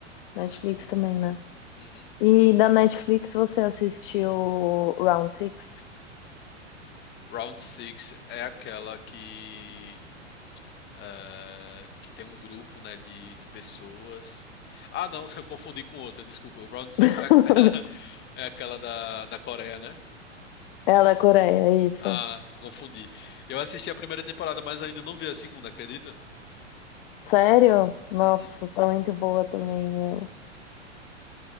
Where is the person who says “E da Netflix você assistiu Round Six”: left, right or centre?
Left